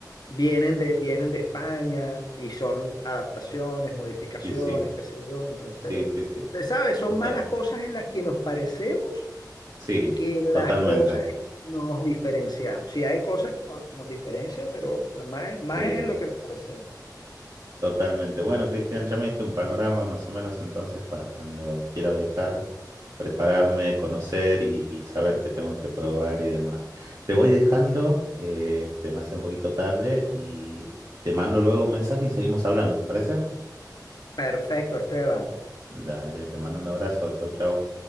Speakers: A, on the left; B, on the right.
A: Vienen de, vienen de España y son adaptaciones, modificaciones,
B: Y sí,
A: qué sé yo. Entonces,
B: sí, sí, sí,
A: eh, ¿sabes? Son
B: total.
A: más las cosas en las que nos parecemos
B: Sí,
A: que las
B: totalmente.
A: cosas en que nos diferenciamos. Sí, hay cosas que nos, nos diferencian, pero la- más, más
B: Sí,
A: es en lo que nos parecemos.
B: Totalmente. Bueno, Cristian, ya me diste un panorama más o menos entonces para cuando quiera viajar, prepararme, conocer y, y saber qué tengo que probar y demás. Te voy dejando, eh, se me hace un poquito tarde y te mando luego un mensaje y seguimos hablando, ¿te parece?
A: Perfecto, Esteban.
B: Dale, te mando un abrazo, chau, chau.